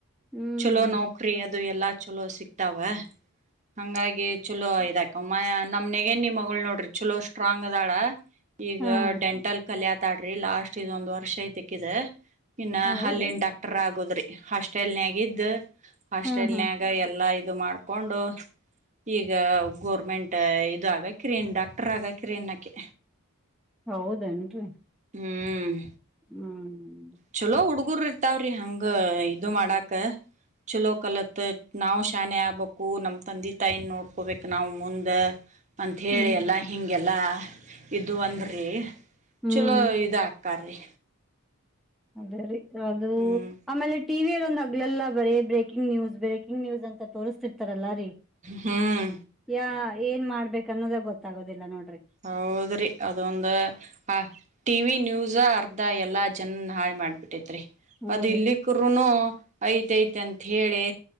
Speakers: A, in the centre; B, on the right.
A: ಹ್ಮ್
B: ಚಲೋ ನೌಕ್ರಿ ಅದು ಎಲ್ಲಾ. ಚಲೋ ಸಿಗ್ತಾವೆ. ಹಂಗಾಗಿ ಚಲೋ ಇದಾಕಂ ಮಯಾ ನಮ್ ನನಿಗೆ ನಿಮ್ ಮಗಳು ನೋಡ್ರಿ ಚಲೋಷ್ ಸ್ಟ್ರಾಂಗ್ ಅದಾಳ. ಈಗ
A: ಹಾ ಹಾ
B: ಡೆಂಟಲ್ ಕಲ್ಯತಾಳ್ ಡ್ರಿ ಲಾಸ್ಟ್ ಇದೊಂದು ವರ್ಷ್ ಖುಷಿ ಐತೆಕ್ಕಿದ. ಇನ್ನ
A: ಹೌದೇನ್ರಿ
B: ಹಲ್ಲಿನ್ ಡಾಕ್ಟರ್ ಆಗೋದ್ರಿ. ಹಾಸ್ಟೆಲ್ ನ್ಯಾಗ್ ಗ್ದ ಹಾಸ್ಟೆಲ್ನ್ಯಾಗ
A: ಹಾ ಹಾ
B: ಎಲ್ಲಾ ಇದು ಮಾಡ್ಕೊಂಡು. ಈಗ ಗೋರ್ಮೆಂಟ್ಟ ಇದು ಆಗಕ್ ಕ್ರೇನ್ ಡಕ್ಟರ್ ಆಗಕ್ ಕ್ರೇನ್ ಓಕೆ.
A: ಹೌದೇನ್ರಿ.
B: ಹ್ಮ್.
A: ಹ್ಮ್.
B: ಚಲೋ ಹುಡ್ಗುರ್ ಇರ್ತಾವ್ರಿ ಹಂಗ ಇದು ಮಾಡಾಕ್ ಚಲೋ ಕಲತ್ ನಾವ್ ಶಾನೆ ಆಗ್ಬೇಕು ನಮ್ ತಂದೆ ತಾಯಿನ್ ನೋಡ್ಕೊಬೇಕ್ ನಾವ್ ಮುಂದ ಅಂತ್ ಹೇಳಿ
A: ಹ್ಮ್
B: ಎಲ್ಲ ಹೀಂಗೆಲ್ಲ ಇದು ಅಂದ್ರ ಹೇ
A: ಹ್ಮ್
B: ಚಲೋ ಇದಾಗ್ ಕಾರೆ
A: ಅದೇ ರೀ. ಅದು
B: ಹ್ಮ್
A: ಆಮೇಲೆ ಟಿವಿಯಲ್ಲಿ ಒಂದು ಹಗಲೆಲ್ಲ ಬರಿ ಬ್ರೇಕಿಂಗ ನ್ಯೂಸ್ ಬ್ರೇಕಿಂಗ್ ನ್ಯೂಸ್ ಅಂತ ತೋರಿಸತಿರ್ತಿ ಲ್ಲ ರೀ
B: ಹ್ಮ್
A: ಯ ಏನ್ ಮಾಡ್ಬೇಕು ಅನ್ನೋದ ಗೊತ್ತಾಗದಿಲ್ಲ ನೋಡಿ
B: ಹೌದ್ರಿ ಅದೊಂದ ಆ ಟಿ ವಿ ನ್ಯೂಸ್ ಅರ್ಧ ಎಲ್ಲ ಜನ್ನನ್ ಹಾಳ್ ಮಾಡ್ಬಿಟ್ಟೈತ್ರಿ
A: ಹ್ಮ್
B: ಅದ್ ಇಲ್ಲಿ
A: ರೀ
B: ಕೃನು ಐಟ್ ಅಂತ ಹೇಳಿ